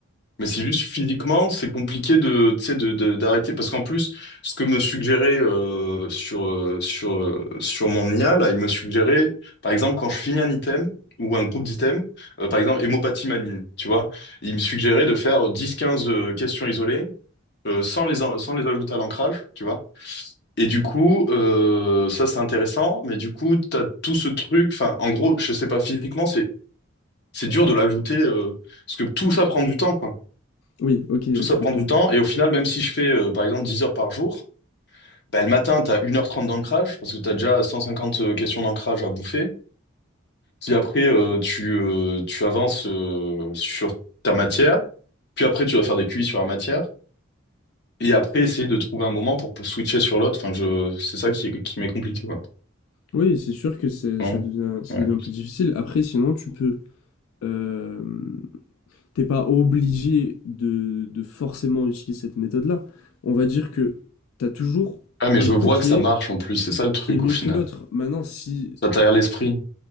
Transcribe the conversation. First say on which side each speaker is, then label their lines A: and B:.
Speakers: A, on the left; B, on the left.
A: Mais c'est juste physiquement, c'est compliqué de, tu sais, de, de- d'arrêter. Parce qu'en plus, ce que me suggérait euh, sur, euh, sur, euh, sur mon IA, là, il me suggérait, par exemple, quand je finis un item ou un groupe d'items, euh, par exemple, hémopathie maligne, tu vois, il me suggérait de faire dix, quinze euh, questions isolées euh, sans les, en- sans les ajouter à l'ancrage, tu vois. Et du coup, euh, ça c'est intéressant, mais du coup, t'as tout ce truc, enfin, en gros, je sais pas, physiquement, c'est c'est dur de l'ajouter, euh, parce que tout ça prend du temps, quoi.
B: Oui, ok,
A: Tout ça
B: je comprends.
A: prend du temps, et au final, même si je fais, euh, par exemple, 10 heures par jour, bah, le matin, t'as une heure trente d'ancrage, parce que tu as déjà 150 questions d'ancrage à bouffer. Puis après, euh, tu, euh, tu avances euh, sur ta matière, puis après, tu vas faire des QI sur la matière, et après, essayer de trouver un moment pour switcher sur l'autre. Enfin, je, c'est ça qui, qui m'est compliqué, quoi.
B: Oui, c'est sûr que c'est
A: Non?
B: ça devient ça
A: Ouais.
B: devient plus difficile. Après, sinon, tu peux, hem, t'es pas obligé de de forcément utiliser cette méthode-là. On va dire que t'as toujours
A: Ah, mais
B: un
A: je
B: truc
A: vois
B: qui
A: que ça
B: est
A: marche en plus, c'est ça le truc
B: qui est mieux
A: au final.
B: que l'autre. Maintenant, si
A: Ça t'aère l'esprit.